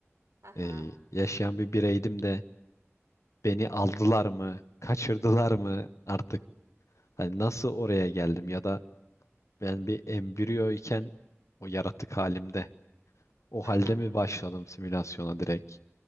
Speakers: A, on the right (about 80°); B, on the left (about 75°).
A: Ha
B: eee,
A: ha.
B: yaşayan bir bireydim de Beni aldılar mı? Kaçırdılar mı artık? Hani nasıl oraya geldim ya da ben bir embriyo iken o yaratık halimde o halde
A: Ha ha.
B: mi başladım simülasyona direkt?